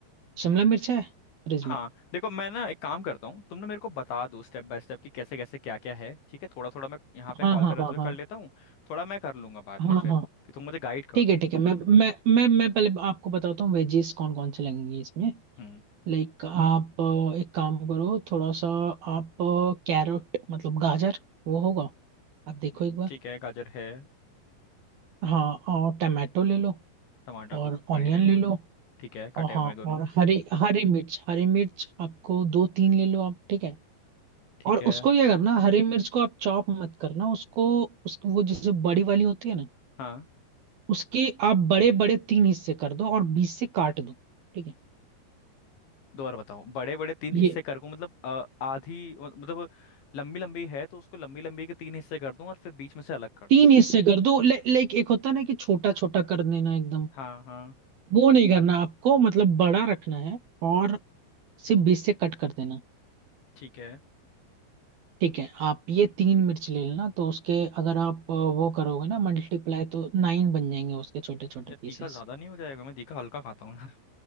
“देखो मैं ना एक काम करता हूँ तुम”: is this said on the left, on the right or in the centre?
Left